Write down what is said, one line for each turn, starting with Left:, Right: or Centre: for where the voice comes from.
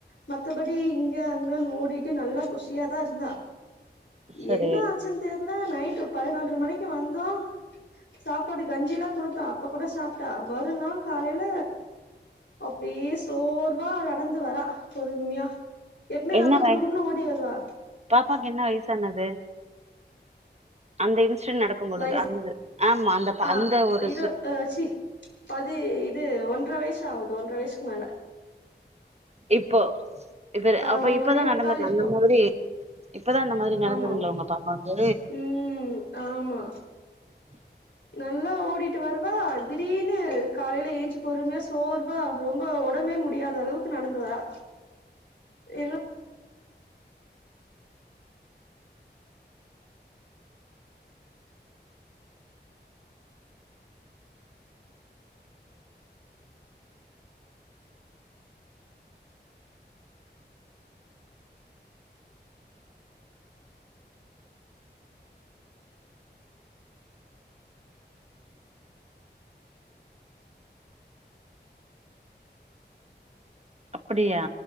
Left: மத்தபடி இங்க அங்கன்னு ஓடிட்டு நல்லா குஷியாதா இருந்தா
Right: சரி
Left: என்ன ஆச்சுனு தெர்ல நைட்டு பதினொன்ற மணிக்கு வந்தோ சாப்பாடு கஞ்சிலா குடுத்தோ அப்போ கூட சாப்ட்டா மறுநாள் காலைல அப்டியே சோர்வா நடந்து வரா பொறுமையா எப்பவுமே
Right: என்ன
Left: நல்லா
Right: வயசு
Left: குடுக்குடுனு ஓடி வருவா
Right: பாப்பாக்கு என்ன வயசானது அந்த இன்ஸிடென் நடக்கும் பொழுது
Left: வயசு
Right: அந்த ஆமா அந்த
Left: ஆ
Right: அந்த ஒரு
Left: இரு அ சி பதி இது ஒன்றர வயசு ஆவுது ஒன்றர வயசுக்கு மேல
Right: இப்போ இப்ப
Left: ஆ
Right: அப்ப இப்பதா
Left: ஒன்னே முக்கால்
Right: நடந்தது
Left: இருக்கு
Right: அந்த மாதிரி இப்பதா அந்த மாரி நடந்ததுங்கலா
Left: ஆமா ஆமா
Right: உங்க பாப்பாக்கு
Left: ம் ஆமா
Right: <inaudible>
Left: நல்லா ஓடிட்டு வருவா திடீர்னு காலையில ஏஞ்சு பொறுமையா சோற் ப்பா ரொம்ப ஒடம்பே முடியாத அளவுக்கு நடந்து வரா எங்க
Right: அப்படியா